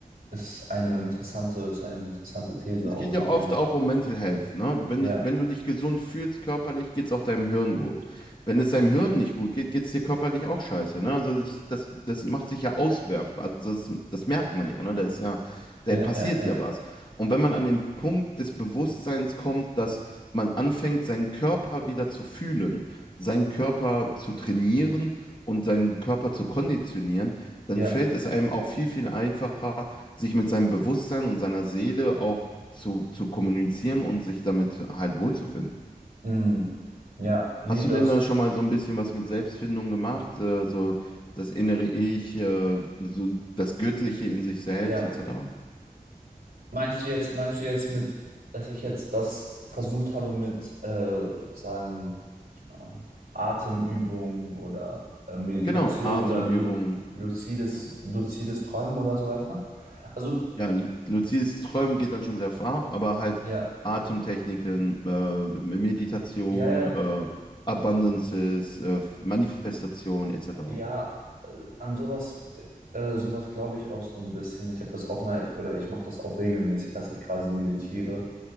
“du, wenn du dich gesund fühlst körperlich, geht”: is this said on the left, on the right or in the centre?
Left